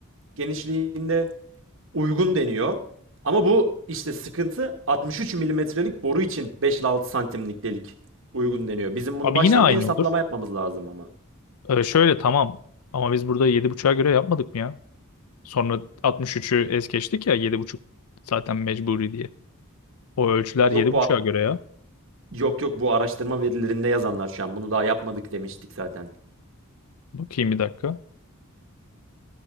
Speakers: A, on the right (about 60°); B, on the left (about 85°).
A: genişliğinde uygun deniyor. Ama bu işte sıkıntı 63 milimetrelik boru için 5 ile 6 santimlik delik uygun deniyor. Bizim bunu
B: Abi
A: baştan
B: yine aynı
A: bir hesaplama
B: olur.
A: yapmamız lazım ama.
B: Ee, şöyle tamam. Ama biz burada 7.5'a göre yapmadık mı ya? Sonra 63'ü es geçtik ya yedi buçuk zaten mecburi diye. O ölçüler
A: Yok
B: 7.5'a
A: bu
B: göre ya.
A: yok yok bu araştırma verilerinde yazanlar şu an bunu daha yapmadık demiştik zaten.
B: Bakayım bir dakika.